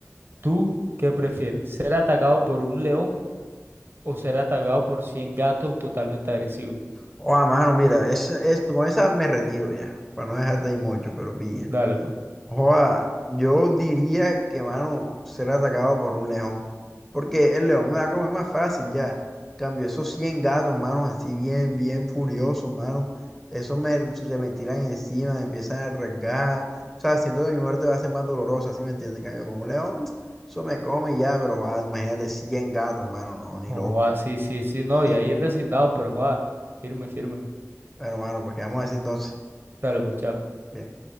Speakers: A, on the right; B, in the centre.
A: ¿Tú qué prefieres? ¿Ser atacado por un león o ser atacado por 100 gatos totalmente agresivos?
B: Oa, mano, mira, esa, es, con esa me retiro ya, para no dejarte ahí mucho, pero pilla.
A: Dale, pues.
B: Oa, yo diría que, mano, ser atacado por un león, porque el león me va a comer más fácil ya. Cambio esos 100 gatos, mano, así bien, bien furiosos, mano. esos me, se me tiran encima, me empiezan a rasgar. O sea, siento que mi muerte va a ser más dolorosa, ¿sí me entiendes? Cambio con un león, eso me come y ya, pero ah, imagínate 100 gatos, mano, no, ni
A: Oh,
B: loco.
A: ah, sí, sí, sí, no,
B: <laughs>
A: y ahí resignados, pero joder, firme, firme.
B: Bueno, mano, pues quedamos así entonces.
A: Dale, pues, chao.
B: Bien.